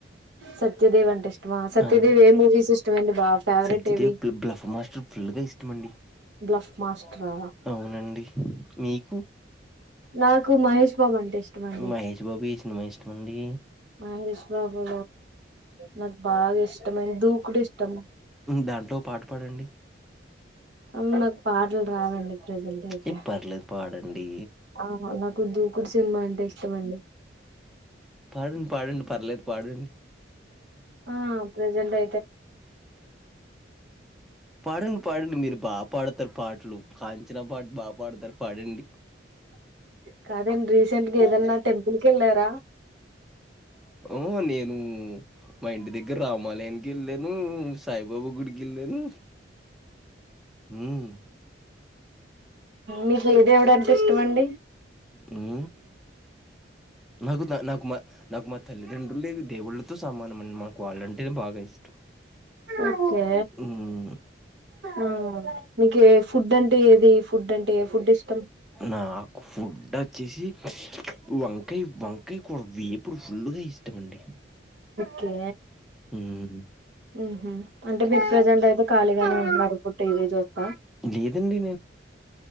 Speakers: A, on the right; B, in the centre.
A: సత్యదేవ్ అంటే ఇష్టమా సత్యదేవ్
B: అవును.
A: ఏ మూవీస్ ఇష్టమండి బా ఫేవరెట్
B: సత్యదేవ్
A: ఏవి
B: బ్ల బ్లఫ్ మాస్టర్ ఫుల్‌గా ఇష్టమండి.
A: బ్లఫ్ మాస్ట్రా
B: అవునండి మీకు
A: నాకు మహేష్ బాబు అంటే ఇష్టమండి
B: మహేష్ బాబు ఈ సినిమా ఇష్టం అండి
A: మహేష్ బాబు నాకు బాగా ఇష్టమైనంది దూకూడు ఇష్టం
B: దాంట్లో పాట పాడండి
A: అం నాకు పాట్ల రావండి ప్రజెంట్ అయితే
B: ఏ పర్లేదు పాడండి
A: ఆహా నాకు దూకుడు సినిమా అంటే ఇష్టమండి
B: పాడండి పాడండి పర్లేదు పాడండి
A: ఆ ప్రజ జంటే
B: పాడండి పాడండి మీరు బా పాడతారు పాటలు కాంచన పాట బా పాడతారు పాడండి
A: కదండి రీస్ రీసెంట్ గా ఏదన్నా టెంపుల్ కు వెళ్ళారా
B: ఓ నేను మా ఇంటి దగ్గర రామాలయానికి ఏళ్ళాను సాయిబాబా గుడికి ఏళ్ళాను ఉమ్
A: మీకు ఏ దేవుడంటే ఇష్టమండి
B: ఉమ్ నాకు నా నాకు మా నాకు మా తల్లిదండ్రులే దేవుళ్ళతో సమా మనం అన్నమాట వాళ్ళంటే బాగా ఇష్టం
A: ఓకే
B: ఉమ్
A: ఉం మీకీ ఏ ఫుడ్ అం ఏది ఫుడ్ అంటే ఏ ఫుడ్ ఇష్టం
B: నాకు ఫుడ్ ఆన్ వచ్చేసి వంకాయ్ వంకాయ్ కూరా వేపుడు ఫుల్గా ఇష్టమండి
A: కే
B: ఉమ్
A: ఉహు అంటే మీరు ప్రజెంట్ అయితే ఖాళీగానే ఉన్నారు ఇప్పుడు టీ వీ జుత్త
B: లేదండి.